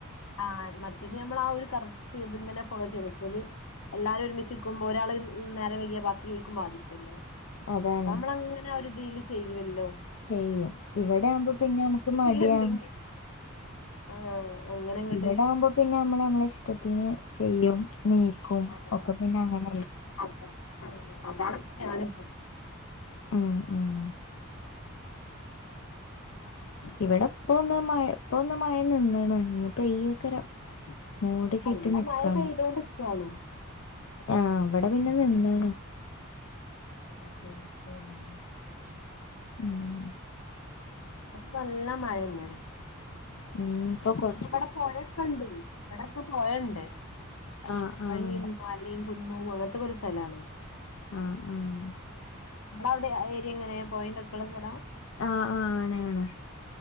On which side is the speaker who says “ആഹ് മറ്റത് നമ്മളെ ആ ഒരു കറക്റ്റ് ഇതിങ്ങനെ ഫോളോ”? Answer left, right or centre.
Left